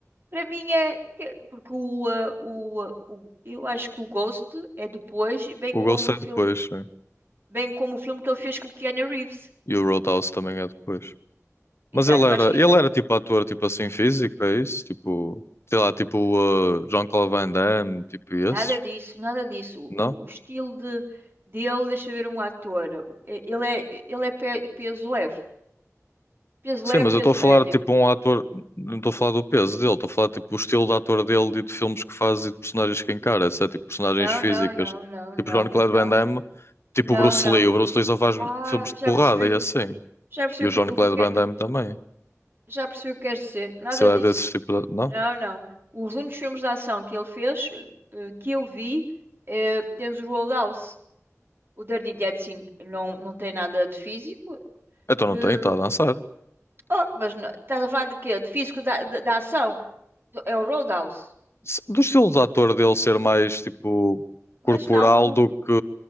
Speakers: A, on the right; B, on the left.
A: para mim, é. Porque, porque o, ah, o, ah, o- Eu acho que o Ghost é depois, bem
B: O
A: como
B: Ghost é
A: o filme,
B: depois, sim.
A: bem como o filme que ele fez com o Keanu Reeves.
B: E o Roadhouse também é depois.
A: Exato,
B: Mas ele era,
A: eu acho que isso.
B: ele
A: é-
B: era tipo ator, tipo assim, físico, é isso? Tipo, sei lá, tipo uh, Jean-Claude Van Damme, tipo esses?
A: Nada disso, nada disso.
B: Não?
A: O, o estilo de, dele, deixa eu ver um ator. Ele é, ele é pe- peso leve. Peso
B: Sim,
A: leve,
B: mas eu
A: peso
B: estou a falar
A: médio.
B: tipo um ator, não estou a falar do peso dele, estou a falar tipo o estilo de ator dele e de filmes que faz e de personagens que encara, etc. Tipo personagens
A: Não,
B: físicas,
A: não, não, não,
B: tipo
A: não,
B: Jean-Claude
A: não.
B: Van Damme, tipo
A: Não,
B: o Bruce
A: não.
B: Lee. O Bruce Lee só faz
A: Ah,
B: filmes de
A: já
B: porrada
A: percebi.
B: e assim.
A: Já percebi
B: E o Jean-Claude
A: o que, o que quer.
B: Van Damme também.
A: Já percebi o que queres dizer. Nada
B: Se ele
A: disso.
B: é desses tipo, de... não?
A: Não, não. Os únicos filmes de ação que ele fez, eh, eh, que eu vi, eh, temos o Roadhouse. O Dirty Dancing não, não tem nada de físico.
B: Então não
A: eh,
B: tem, está a dançar.
A: oh, mas não- estás a falar de quê? De físico da, da, da ação? É o Roadhouse.
B: Se- Do estilo de ator dele ser mais tipo
A: Mas
B: corporal
A: não, por,
B: do que